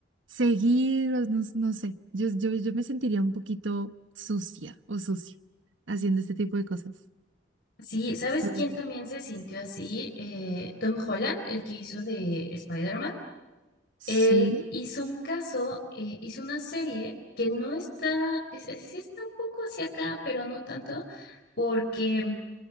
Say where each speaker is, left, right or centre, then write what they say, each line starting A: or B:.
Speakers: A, on the right; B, on the left.
A: seguir, o no, no sé, yo, yo, yo me sentiría un poquito sucia o sucio haciendo este tipo de cosas.
B: Sí, ¿sabes
A: O sea,
B: quién
A: como que,
B: también se sintió así? Eh, Tom Holland, el que hizo de Spider-Man. Él
A: Sí,
B: hizo un caso, eh, hizo una serie que no está, es- es- sí está un poco hacia acá, pero no tanto, porque